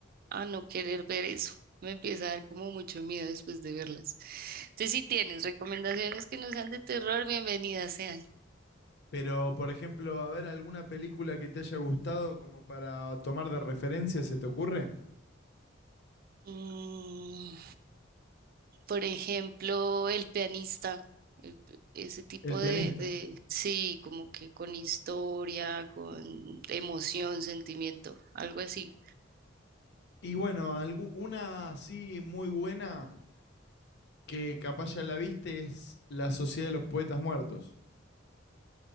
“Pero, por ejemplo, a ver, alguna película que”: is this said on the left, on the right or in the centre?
Left